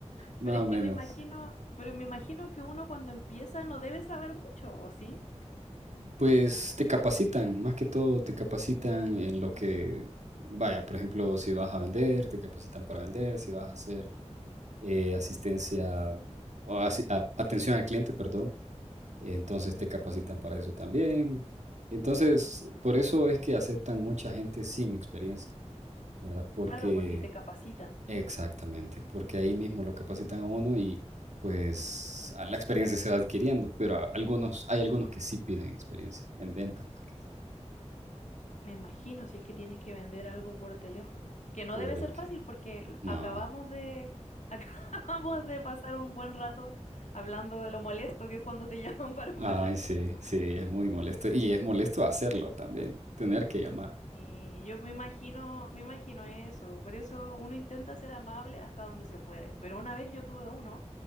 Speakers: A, on the right; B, on the left.
A: más
B: Pero es
A: o
B: que
A: menos.
B: me imagino, pero me imagino que uno cuando empieza no debe saber mucho, ¿o sí?
A: Pues te capacitan, más que todo te capacitan
B: Ah,
A: en lo que,
B: cierto.
A: vaya, por ejemplo, si vas a vender, te capacitan para vender, si vas a hacer eh, asistencia o asi- a- atención al cliente, perdón, entonces te capacitan para eso también. Entonces, por eso es que aceptan mucha gente sin experiencia, ¿verdad? Porque,
B: Claro, porque te capacitan.
A: exactamente, porque ahí mismo lo capacitan a uno y pues a la experiencia se va adquiriendo, pero a- algunos, hay algunos que sí piden experiencia, en ventas más que todo.
B: Me imagino si es que tienes que vender algo por teléfono, que no
A: Correcto.
B: debe ser fácil porque l-
A: No.
B: acabamos de <laughs> acabamos de pasar un buen rato hablando de lo molesto que es cuando te <laughs> llaman para ofrecerte
A: Ay, sí,
B: algo.
A: sí, es muy molesto. Y es molesto hacerlo también, tener que llamar.
B: Y yo me imagino, me imagino eso. Por eso uno intenta ser amable hasta donde se puede. Pero una vez yo tuve uno